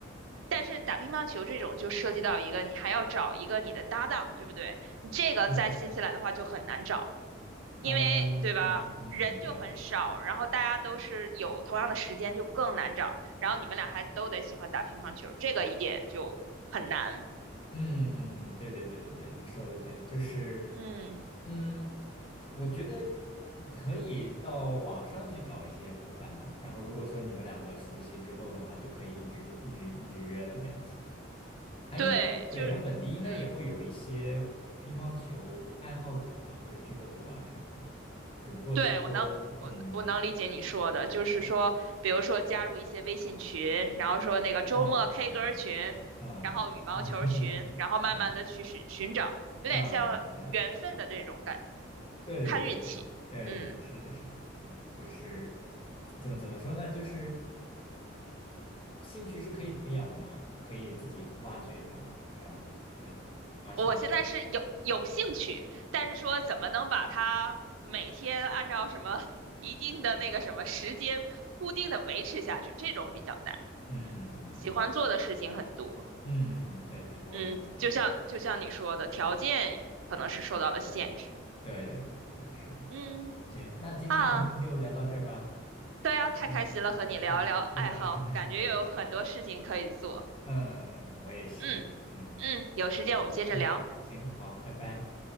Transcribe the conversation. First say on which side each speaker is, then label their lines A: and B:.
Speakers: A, on the right; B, on the left.
A: 但是打乒乓球这种就涉及到一个，你还要找一个你的搭档，对不对？你这个在新西兰的话就很难找，
B: <laughs> 嗯嗯
A: 因为对吧，
B: 嗯嗯嗯，
A: 人就很少，
B: 对对
A: 然后大家都是有同样的时间，就更难找。然后你们俩还都得喜欢打乒乓球，这个一点就很难。
B: 嗯嗯嗯，对对对对对，你说的对，就是，
A: 嗯，
B: 嗯，我觉得你可以到网上去找一些伙伴嘛，然后如果说你们两个熟悉之后的话，就可以一直一直一直约了这样子。他应该，
A: 对，
B: 对，
A: 就是嗯。
B: 他本地应该也会有一些乒乓球爱好者吧，或者俱乐部啊什么的，只不过是说，
A: 对，我能，我我能理解你说的，
B: 嗯，
A: 就是说，
B: 对，
A: 比如说加入一些微信群，然后说那个周末
B: 嗯嗯嗯
A: K 歌群，
B: 嗯嗯嗯嗯
A: 然后羽毛球群，然后慢慢的去寻寻找，有点像缘分的这种感觉，
B: 嗯，嗯对。对对对对
A: 看运气。
B: 对对对对，
A: 嗯，
B: 是的，是的，嗯，就是怎么怎么说呢？就是兴趣是可以培养的嘛，可以自己挖掘呀、这样子，对，发现，
A: 我现在是有有兴趣，但是说怎么能把它每天按照什么一定的那个什么时间固定的维持下去，这种比较难。
B: 嗯嗯嗯嗯
A: 喜欢做的事情很多。
B: 嗯嗯嗯，对对，我能理解，
A: 嗯，就像就像你说的，条件可能是受到了限制。
B: 对对对对，是的，
A: 嗯
B: 行，那今天我们就聊到这儿吧，
A: 啊，对啊，太开心了，
B: 嗯嗯嗯，
A: 和你聊一聊爱好，
B: 是的，是的，
A: 感觉有很多事情可以做。
B: 我也是，嗯嗯嗯嗯，我也是，
A: 嗯嗯，
B: 嗯
A: 有时间我们接着聊，
B: 嗯嗯，行，好，拜拜。